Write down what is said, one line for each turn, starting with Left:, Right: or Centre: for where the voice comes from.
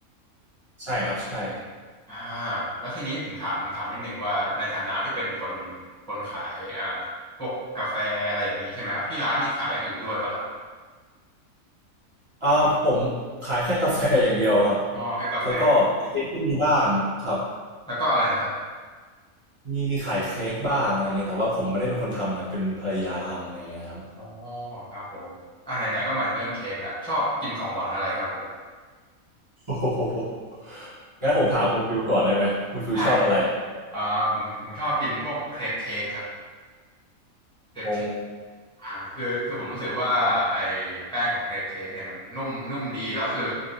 Right: ใช่ครับใช่
Centre: อ่าแล้วทีนี้ผมถามถามนิดนึงว่าในฐานะที่เป็นคนคนขายอ่าพวกกาแฟอะไรอย่างนี้ใช่ไหมครับที่ร้านนี่ขายอย่างอื่นด้วยป่ะครับ
Right: อ่าผมขายแค่กาแฟอย่างเดียวครับ
Centre: อ๋อแค่กาแฟ
Right: แล้วก็เค้กก็มีบ้างครับ
Centre: แล้วก็อะไรนะครับ
Right: มีมีขายเค้กบ้างอะไรเงี้ยแต่ว่าผมไม่ได้เป็นคนทำนะเป็นภรรยาทำอะไรเงี้ยครับ <laughs>
Centre: อ๋อครับผมอ่าไหนๆก็มาถึงเรื่องเค้กแหละชอบกินของหวานอะไรครับผม
Right: โอ้โหงั้นผมถามคุณฟิวก่อนได้ไหมคุณฟิวชอบอะไร
Centre: ได้นะอ่าผมผมชอบกินพวกเครปเค้กครับเครปเคก
Right: โอ้
Centre: อ่าคือคือผมรู้สึกว่าไอ้แป้งของเครปเค้กเนี่ยมันนุ่มนุ่มดีแล้วคือ